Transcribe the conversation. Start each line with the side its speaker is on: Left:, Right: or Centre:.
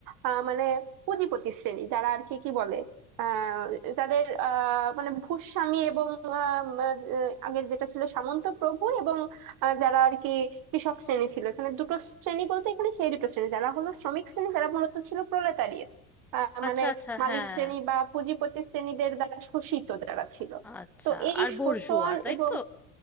Right: আহ, মানে পুঁজিপতি শ্রেণী যারা আর কি কি বলে আহ, যাদের আহ, মানে ভূস্বামী এবং আহ, উম, আহ, আগের যেটা ছিল সামন্ত প্রভু এবং আহ, যারা আর কি কৃষক শ্রেণী ছিল এখানে দুটো শ্রেণী বলতে এখানে সেই দুটো শ্রেণী যারা হলো শ্রমিক শ্রেণী যারা মূলত ছিল প্রোলেতারিয়েট
Centre: আচ্ছা
Right: মানে
Centre: আচ্ছা
Right: মালিক
Centre: হ্যাঁ
Right: শ্রেণী বা পুঁজিপতি শ্রেণীদের দ্বারা শোষিত যারা ছিল
Centre: আচ্ছা
Right: তো এই
Centre: আর
Right: শোষণ
Centre: বোর্জোয়া তাই
Right: এবং
Centre: তো